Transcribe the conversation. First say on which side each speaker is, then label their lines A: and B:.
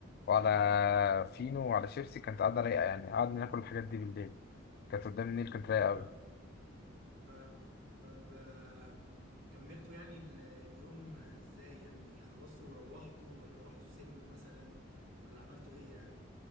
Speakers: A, on the left; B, on the right.
A: وعلى فينو وعلى شيبسي كانت قاعدة رايقة يعني قعدنا ناكل الحاجات دي بالليل كانت قدام النيل كانت رايقة
B: فاهمك
A: أوي
B: فاهمك طب آه، كملتوا يعني ال- اليوم آه، ازاي يعني خلصتوا وروحتوا ولا رحتوا سينما مثلا ولا عملتوا ايه يعني